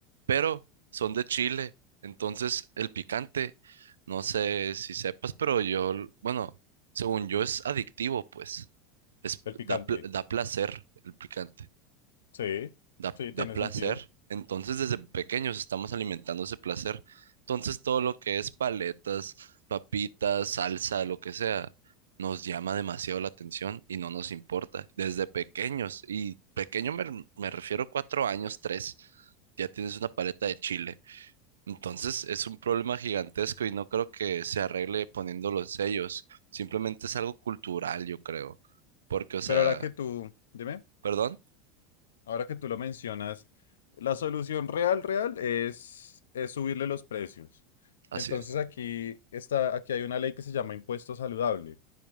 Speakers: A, on the right; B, on the left.
A: pero son de Chile. Entonces, el picante, no sé si sepas, pero yo, l- bueno, según yo es adictivo, pues. Es,
B: El picante.
A: da, pl- da placer el picante
B: Sí,
A: da,
B: sí,
A: da
B: tiene
A: placer.
B: sentido.
A: Entonces, desde pequeños estamos alimentando ese placer. Entonces, todo lo que es paletas, papitas, salsa, lo que sea, nos llama demasiado la atención y no nos importa. Desde pequeños, y pequeño me, me refiero a cuatro años, tres, ya tienes una paleta de chile. Entonces, es un problema gigantesco y no creo que se arregle poniendo los sellos. Simplemente es algo cultural, yo creo. Porque, o sea,
B: Pero ahora que tú, dime,
A: perdón,
B: ahora que tú lo mencionas, la solución real, real es, es subirle los precios.
A: así
B: Entonces
A: es.
B: aquí está, aquí hay una ley que se llama impuesto saludable.